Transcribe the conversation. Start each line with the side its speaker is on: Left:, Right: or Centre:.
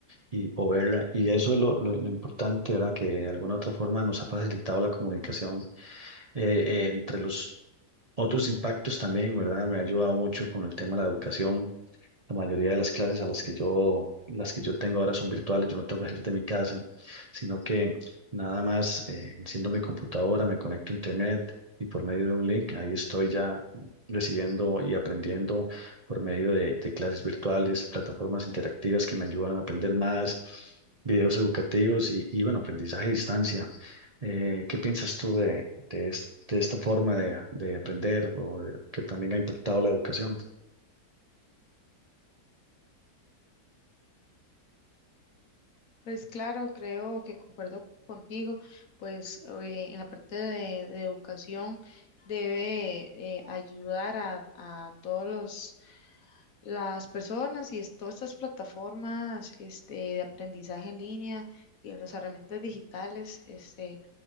Right: Y, o verla, y eso es lo, lo lo importante, ¿verdad? Que de alguna otra forma nos ha facilitado la comunicación eh, eh, entre los otros impactos también, ¿verdad? Me ha ayudado mucho con el tema de la educación. La mayoría de las clases a las que yo, las que yo tengo ahora son virtuales, yo no tengo que salir de mi casa, sino que nada más eh, enciendo mi computadora, me conecto a internet y por medio de un link, ahí estoy ya recibiendo y aprendiendo por medio de, de clases virtuales, plataformas interactivas que me ayudan a aprender más, videos educativos y, y bueno, aprendizaje a distancia. Eh, ¿qué piensas tú de, de, es- de esta forma de, de aprender o de- que también ha impactado la educación?
Left: Pues claro, creo que concuerdo contigo, pues eh, en la parte de, de educación debe eh, ayudar a, a todos los las personas y es- todas estas plataformas este, de aprendizaje en línea y las herramientas digitales. Este,